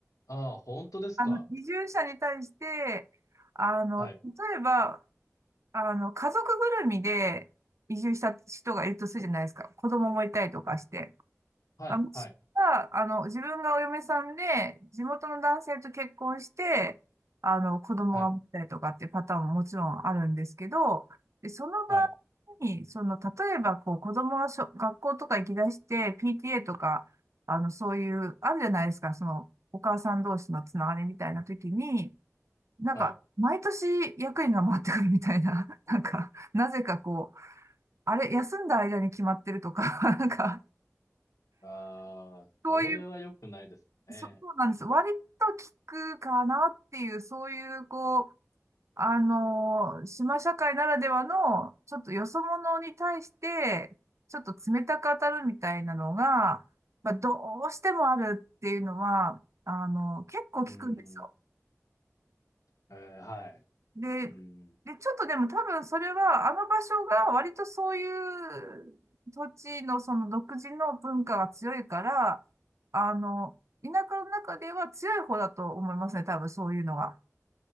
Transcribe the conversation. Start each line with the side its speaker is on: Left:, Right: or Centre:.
Left: ああ、本当ですか。
Right: <laughs> あの、移住者に対して、あの、
Left: はい。
Right: 例えば、あの、家族ぐるみで移住した人がいるとするじゃないですか。子供もいたりとかして。
Left: はい。
Right: あ、息子が、
Left: はい。
Right: あの、自分がお嫁さんで、地元の男性と結婚して、あの、子供が持ったりとかっていうパターンももちろんあるんですけど、
Left: はい。
Right: で、その場合に、
Left: はい。
Right: その、例えば、こう、子供がしょ、学校とか行き出して、PTA とか、あの、そういう、あるじゃないですか、その、お母さん同士のつながりみたいな時に、なんか、
Left: はい。
Right: 毎年役員が回ってくるみたいな、<laughs> なんか、なぜかこう、あれ、休んだ間に決まってるとか、<laughs> なんか、
Left: ああ、
Right: そういう
Left: それは良くないですね。
Right: そうなんです。割と効くかなっていう、そういう、こう、あのー島社会ならではの、ちょっとよそ者に対して、ちょっと冷たく当たるみたいなのが、まあ、どうしてもあるっていうのは、あの結構効くんですよ。
Left: うーん。えーはい。
Right: で、
Left: うん。
Right: で、ちょっとでも多分それは、あの場所が割とそういう土地のその独自の文化が強いから、あの、田舎の中では強い方だと思いますね、多分そういうのが。